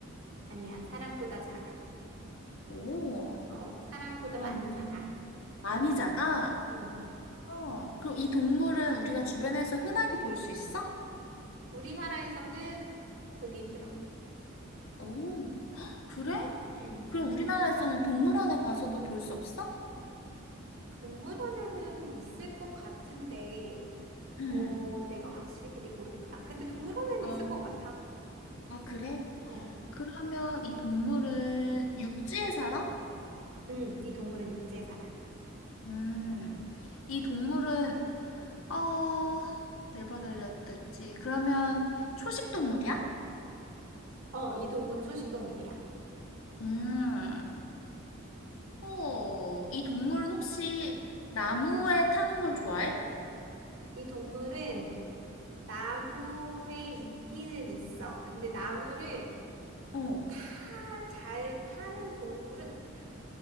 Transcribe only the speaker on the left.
오,
그러면
많이 작아?
어, 그럼 이 동물은 우리가 주변에서 흔하게 볼 수 있어?
오, 헉, 그래?
그럼 우리나라에서는 동물원에 가서도 볼 수 없어?
응.
아,
아, 그래?
그러면 이 동물은 육지에 살아?
음, 이 동물은, 어, 내바 달렸댔지. 그러면 초식 동물이야?
음. 어, 이 동물은 혹시 나무에 타는 걸 좋아해?
어,